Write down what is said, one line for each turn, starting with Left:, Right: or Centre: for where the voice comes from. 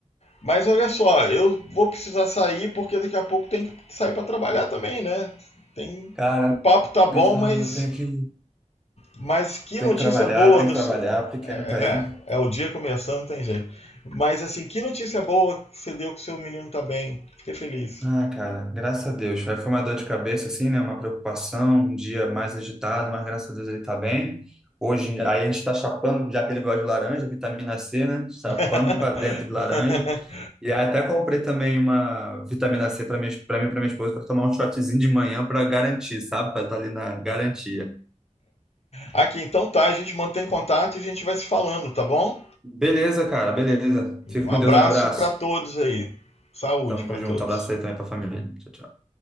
Left: Mas olha só, eu vou precisar sair porque daqui a pouco tem que sair para trabalhar também, né? Tem...
Centre: Cara,
Left: O papo tá bom,
Centre: nem falo
Left: mas,
Centre: eu tenho que,
Left: mas que
Centre: tenho
Left: notícia
Centre: que trabalhar,
Left: boa
Centre: tenho
Left: do.
Centre: que trabalhar, pequeno
Left: É, é,
Centre: tá aí.
Left: é o dia começando, tem jeito. Mas assim, que notícia boa que você deu que seu menino tá bem. Fiquei feliz.
Centre: Ah, cara, graças a Deus. Foi foi uma dor de cabeça, assim, né? Uma preocupação, um dia mais agitado, mas graças a Deus ele tá bem. Hoje, aí a gente tá chapando, já que ele gosta de laranja, vitamina C, né? Chapando
Left: <laughs>
Centre: para dentro de laranja. E aí até comprei também uma vitamina C para mim, para mim, para minha esposa, para tomar um shotzinho de manhã para garantir, sabe? Para estar ali na garantia.
Left: Aqui, então tá, a gente mantém contato e a gente vai se falando, tá bom?
Centre: Beleza, cara, beleza. Fica
Left: Um
Centre: com
Left: abraço
Centre: Deus, um abraço.
Left: para todos aí. Saúde
Centre: Tamo
Left: para
Centre: junto,
Left: todos.
Centre: um abraço aí também para a família. Tchau, tchau.